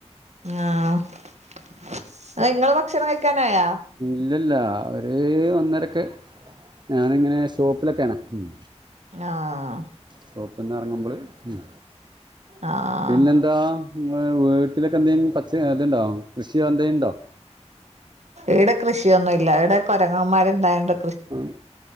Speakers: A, on the right (about 75°); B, on the right (about 40°).
A: ആഹ് ഇങ്ങള് ഭക്ഷണം കഴിക്കാനായ
B: ഇല്ലല്ല ഒരു ഒന്നരക്ക് ഞാനിങ്ങനെ ഷോപ്പിലൊക്കെ ആണ് ഉം
A: ആഹ്
B: ഷോപ്പ്ന്ന് എറങ്ങുമ്പള് ഉം
A: ആഹ്
B: പിന്നെന്താ ഉം വീട്ടിലൊക്കെ എന്തെങ്കും പച്ച ഇതുണ്ടോ കൃഷിയോ എന്തെ ഉണ്ടോ
A: ഈടെ കൃഷിയൊന്നും ഇല്ല ഈടെ കൊരങ്ങന്മാര് ഇണ്ടായോണ്ട്
B: ആ